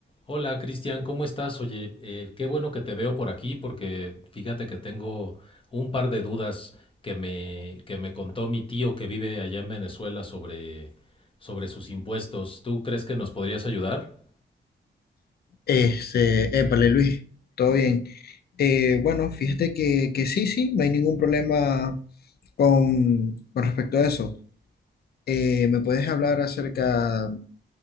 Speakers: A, on the left; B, on the left.
A: Hola Cristian, ¿cómo estás? Oye, eh, qué bueno que te veo por aquí porque fíjate que tengo un par de dudas que me, que me contó mi tío que vive allá en Venezuela sobre, sobre sus impuestos. ¿Tú crees que nos podrías ayudar?
B: Este, épale Luis, todo bien. Eh, bueno, fíjate que, que sí, sí, no hay ningún problema con, con respecto a eso. Eh, ¿me puedes hablar acerca